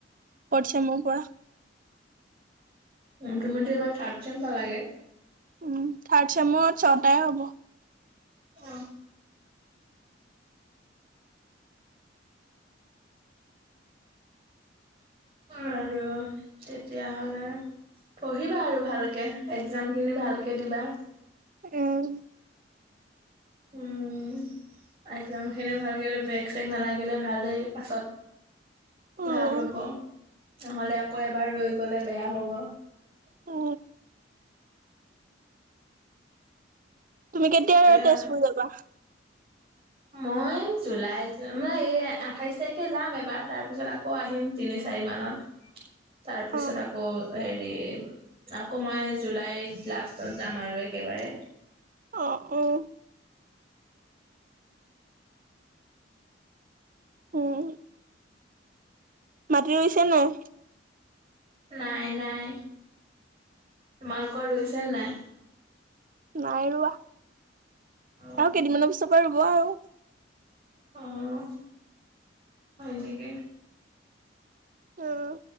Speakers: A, on the right (about 45°); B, on the right (about 30°).
A: ফৰ্থ চেমৰ পৰা।
B: উ তুমিতো এইবাৰ থাৰ্ চাইম পাল লাগে?
A: উম থাৰ্ড চেমৰত ছটাই হ'ব।
B: উ। আৰু তেতিয়াহলে পঢ়িবা আৰু ভালকে এ ক্সাম কিন্তু ভালকে দিবা।
A: উম
B: উম। একজাম খিনি ভালকে বেগ চেক নালাগিলে ভাল দেই পাছত
A: উম
B: ভাল হ'ব নহ'লে আকৌ এবাৰ ৰৈ গ'লে বেয়া হ'ব।
A: অ। তুমি
B: সেইটোয়ে
A: কেতিয়া
B: আৰু।
A: তেজপুৰ যাবা?
B: মই জুলাই মানে এই আঠাইশ তাৰিখে যাম এবাৰ তাৰ পিছত আকৌ আহিম তিনি চাৰি মানত। তাৰপিছত
A: অ
B: আকৌ হেৰি। <unintelligible> আকৌ মই জুলাইত লাষ্টত যাম আৰু একেবাৰে।
A: অ', অ'। উম। মাটি ৰুইছে নে নাই।
B: নাই নাই। তোমালোকৰ ৰুইছে নে নাই?
A: নাই ৰোৱা।
B: অ
A: আৰু কেইদিনমানৰ পিছত ৰুব আৰু।
B: অ' হয় নেকি?
A: উম।